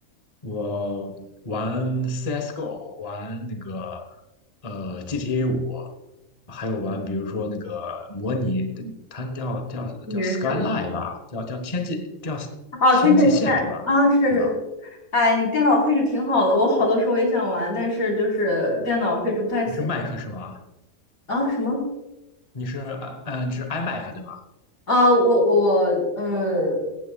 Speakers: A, on the left; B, on the left.
A: 我玩 CS:GO，玩那个呃 GTA 五，还有玩比如说那个模拟，它叫叫叫
B: 女生。
A: Skyline 吧，叫叫天际叫
B: 哦，
A: 天际线是吧？
B: 天阵线啊，是是是，
A: 对吧？
B: 哎，你电脑配置挺好的，我好多时候也想玩，但是就是电脑配置不太行
A: 你是麦克是吧？
B: 啊。什么？
A: 你是嗯、呃是 iMac 对吧？
B: 啊，我我呃，